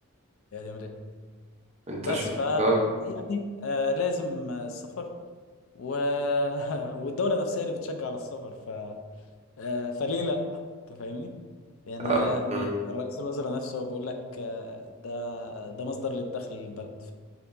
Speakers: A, on the left; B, on the right.
A: إيه؟ هيقعد يعمل ايه
B: انت
A: بس
B: شفت
A: ف
B: اه
A: يعني آه لازم آه، السفر و... <laughs> والدولة نفسها اللي بتشجع على السفر ف آه فليه لا انت فاهمني يعني
B: آه،
A: آه، احنا
B: مم.
A: الرئيس الوزراء نفسه هو بيقول لك آه، ده ده مصدر للدخل للبلد